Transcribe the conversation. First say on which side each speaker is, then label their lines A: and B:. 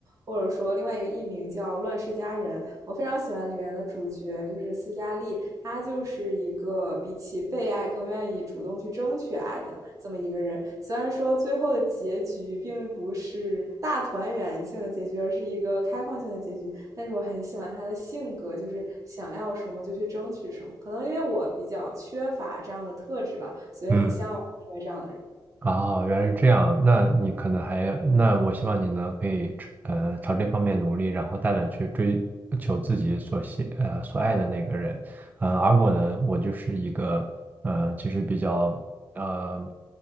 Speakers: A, on the right; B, on the right.
A: 或者说另外一个艺名叫《乱世佳人》，我非常喜欢里面的主角，就是斯嘉丽，她就是一个比起被爱更愿意主动去争取爱的这么一个人。虽然说最后的结局并不是大团圆性的结局，而是一个开放性的结局，但是我很喜欢她的性格，就是想要什么就去争取什么。可能因为我比较缺乏这样的特质吧，所以很向往成为这样的人。
B: 嗯。啊哦，原来是这样。那你可能还，那我希望你呢，可以呃朝这方面努力，然后大胆去追求自己所喜呃所爱的那个人。呃，而我呢，我就是一个呃其实比较呃